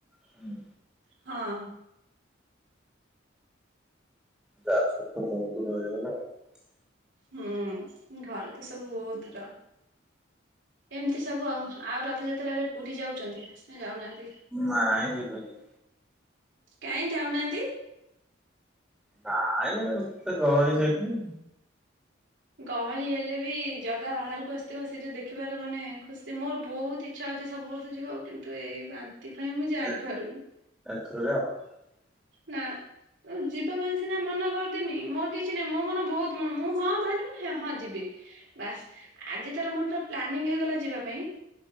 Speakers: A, in the centre; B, on the right.
A: ହୁଁ
B: ହଁ।
A: ଯାଜପୁର ତ ବହୁତ ଦୂର ହେଇଗଲା ଆଉ।
B: ହୁଁ ଘରେ ତ ସବୁ ବହୁତ ଦୂର। ଏମିତି ସବୁ ଆଉ ଆଉ ରଥଯାତ୍ରାରେ ପୁରୀ ଯାଉଛନ୍ତି? ନା ଯାଉନାହାନ୍ତି?
A: ନାଇଁ ଯିବିନି।
B: କାହିଁ ଯାଉନାହାନ୍ତି।
A: ନାଇଁ ତ ଗହଳି ସେଇଠି।
B: ଗହଳି ହେଲେ ବି ଜଗା ବାହାରକୁ ଆସିଥିବ ସେ ଯୋଉ ଦେଖିବାର ମାନେ ଖୁସି ମୋର ବହୁତ ଇଛା ହଉଛି ସବୁ ବର୍ଷ ଯିବାକୁ କିନ୍ତୁ ଏଇ ବାନ୍ତି ପାଇଁ ମୁଁ ଯାଇପାରୁନି।
A: ଏ <unintelligible>
B: ନାଁ। ତ ଯିବା ପାଇଁ ସିନା ମନ କରିଦେମି ମୋର କିଛି ନାହିଁ ମୋ ମନ ବହୁତ ମନ ମୁଁ ହିଁ ବାହାରିଲି ମାନେ ହଁ ଯିବି। ବାସ୍ ଆଜି ତାର ମୋର ପୁରା ପ୍ଲାନିଂ ହେଇଗଲା ଯିବା ପାଇଁ